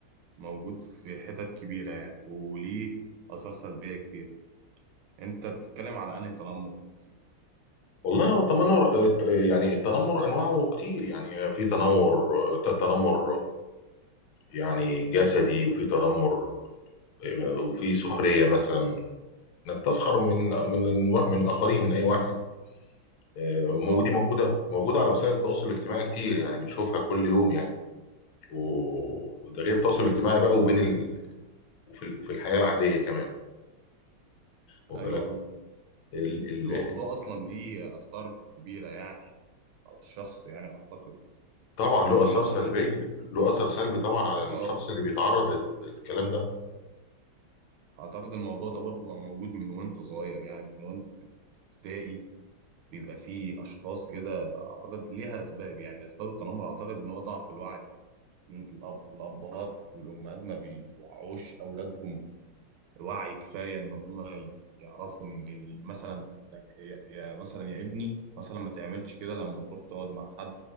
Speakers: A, on the right; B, on the left.
A: موجود في حتت كبيرة يعني وليه آثار سلبية كبيرة انت بتتكلم على انهي تنمر بقى فيه
B: والله هو التنمر الت- يعني التنمر انواعه كتير يعني في تنمر ت- تنمر يعني جسدي وفي تنمر وفي سخريه مثلا انك تسخر من من الم- من الاخرين من اي واحد آه،
A: بالظبط
B: وموجودة دي موجوده موجوده على وسائل التواصل الاجتماعي كتير يعني بنشوفها كل يوم يعني و- وده غير التواصل الاجتماعي بقى وبين ال... وفي ال... وفي الحياه العاديه كمان واخد
A: ايوه
B: بالك ال...
A: الموضوع
B: ال...
A: اصلا ليه آثار كبيرة يعني على الشخص يعني اعتقد
B: طبعا
A: تلاقيه
B: له اثار
A: مثلا
B: سلبيه
A: اكيد
B: له اثر سلبي طبعا على الشخص
A: اه
B: اللي بيتعرض لل- للكلام ده
A: اعتقد الموضوع ده برضو بقى موجود من وانت صغير يعني من وانت في الابتدائي بيبقى فيه اشخاص كده اعتقد ليها اسباب يعني اسباب التنمر اعتقد ان هو ضعف الوعي الأب... الابهات والامهات ما بيوعوش اولادهم وعي كفايه ان هم يعرفوا ان ال- مثلا يا يا- مثلا يا ابني مثلا ما تعملش كده لما تروح تقعد مع حد